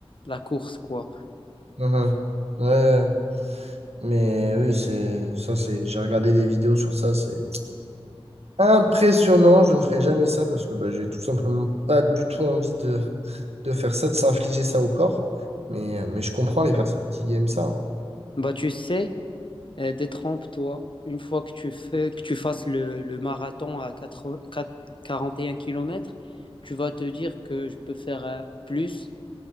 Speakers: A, on the left; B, on the right.
A: la course, quoi.
B: Mhm. Ouais, ouais. mais oui, c'est ça, c'est. J'ai regardé des vidéos sur ça, c'est impressionnant. Je ne ferai jamais ça parce que bah, j'ai tout simplement pas du tout envie de, de faire ça, de s'infliger ça au corps. Mais, euh, mais je comprends
A: Bah,
B: les personnes qui aiment ça. hein.
A: bah, tu sais. Euh, détrompe-toi, une fois que tu fais, que tu fasses le, le marathon à 80 4 41 km, tu vas te dire que je peux faire euh, plus.